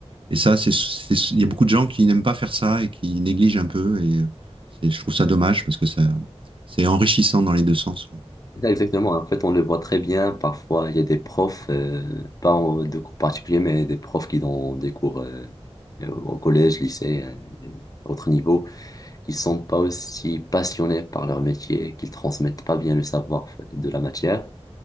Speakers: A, on the right; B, on the left.
A: et ça, c'est, c'est- il y a beaucoup de gens qui n'aiment pas faire ça et qui négligent un peu. Et euh, c'est- je trouve ça dommage parce que ça, c'est enrichissant dans les deux sens, quoi.
B: ça, Exactement. En fait, on le voit très bien. Parfois, il y a des profs, euh, pas en- de cours particuliers, mais des profs qui donnent des cours euh, euh, au collège, lycée, euh, à autre niveau, qui sont pas aussi passionnés par leur métier, qui transmettent pas bien le savoir de la matière,